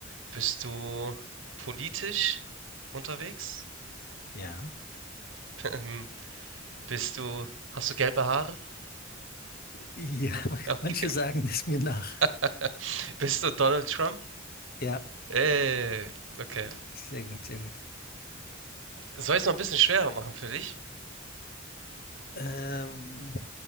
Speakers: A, on the right (about 75°); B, on the left (about 50°).
A: Bist du politisch unterwegs?
B: ja.
A: <laughs> Ähm, bist du, hast du gelbe Haare?
B: Ja, <laughs>
A: Okay.
B: manche sagen es mir nach.
A: <laughs> Bist du Donald Trump?
B: Ja,
A: Ey, okay.
B: sehr gut, sehr gut.
A: Soll ich es noch ein bisschen schwerer machen für dich?
B: Ähm,